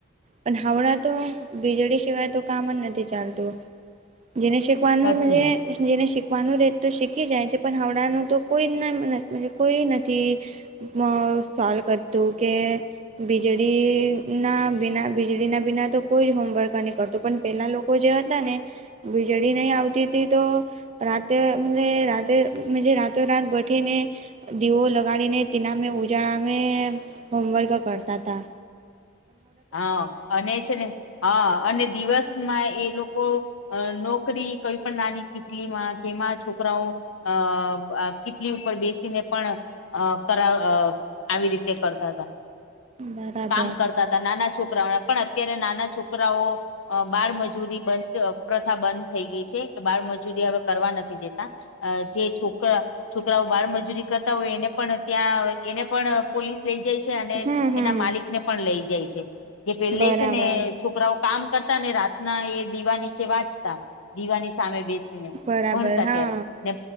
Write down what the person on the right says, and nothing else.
પણ હાવણા તો વીજળી સિવાય તો કામ જ નથી ચાલતું જેને સી શીખવાનું
જે
શિકવાનું રે તો શીખી જાય છે પણ હાવણાંનું તો કોઈ ના કોઈ નથી. મા સોલ કરતું કે વીજળી ના બિના વીજળીના બિના તો કોઈ જ હોમવર્ક નઈ કરતું પણ પહેલાં લોકો જે હતા ને વીજળી નઇ આવતી તો રાતે ને રાતેે જ મુજે રાતો રાત બઠીને દીવો લગાડીને તેમાં ઉજાડીને હોમવર્ક કરતાં તા
બરાબર
હમ હમ
બરાબર
બરાબર
હા